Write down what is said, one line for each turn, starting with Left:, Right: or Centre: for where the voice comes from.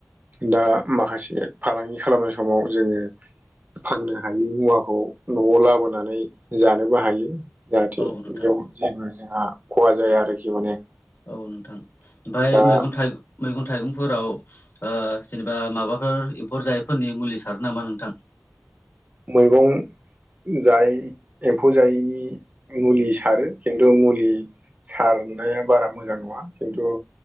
Right: दा माखासे फालांगि खालामनाय समाव जोङो फाननो हायि मुवाखौ न'आव लाबोनानै जानोबो हायो। जाहाथे
Left: औ नोंथां
Right: बेयाव जेबो जोंहा खहा जाया आरोखि माने
Left: औ नोंथां ओमफाय
Right: दा
Left: मैगं थाइगं मैगं थाइगंफोराव ओ जेनेबा माबाफोर एम्फौ जायैफोरनि मुलि सारो नामा नोंथां?
Right: मैगं जाय एम्फौ जायैनि मुलि सारो खिन्थु मुलि सारनाया बारा मोजां नङा खिन्थु